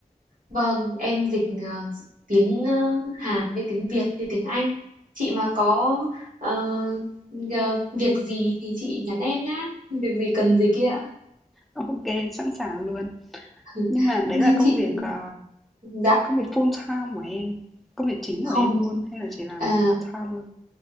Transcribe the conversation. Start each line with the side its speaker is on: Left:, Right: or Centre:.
Right: Vâng, em dịch ờ, tiếng ờ, Hàn với tiếng Việt với tiếng Anh. Chị mà có ờ, ờ, việc gì thì chị nhắn em nhá. Việc gì cần dịch kia ạ.
Centre: Ờ, Ok, sẵn sàng luôn.
Right: <laughs>
Centre: Nhưng mà đấy là
Right: Chị,
Centre: công
Right: chị
Centre: việc ờ,
Right: dạ
Centre: công việc full time của em, công việc chính
Right: không.
Centre: của em luôn hay là chỉ làm
Right: À,
Centre: part time thôi?